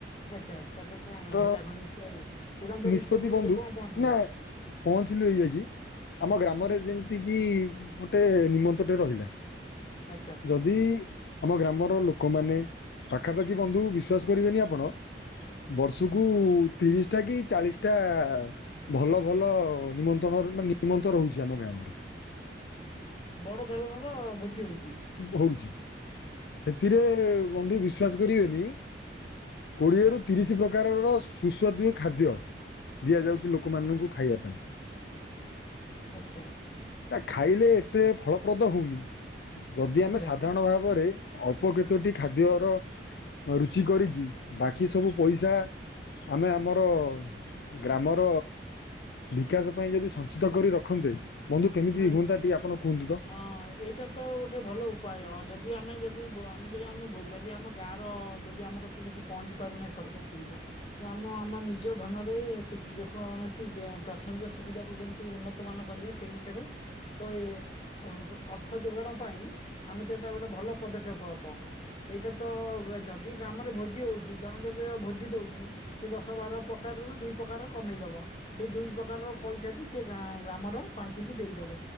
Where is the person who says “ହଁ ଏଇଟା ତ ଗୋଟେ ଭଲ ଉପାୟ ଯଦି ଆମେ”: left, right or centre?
Left